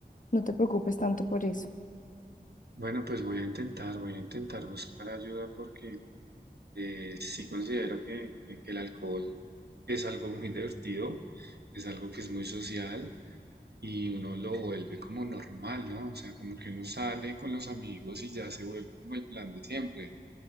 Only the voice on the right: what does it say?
Bueno, pues voy a intentar, voy a intentar buscar ayuda porque eh, sí considero que, que que el alcohol es algo muy <laughs> divertido, es algo que es muy social y uno lo vuelve como normal, ¿no? O sea, como que uno sale con los amigos y ya se vuelve como el plan de siempre.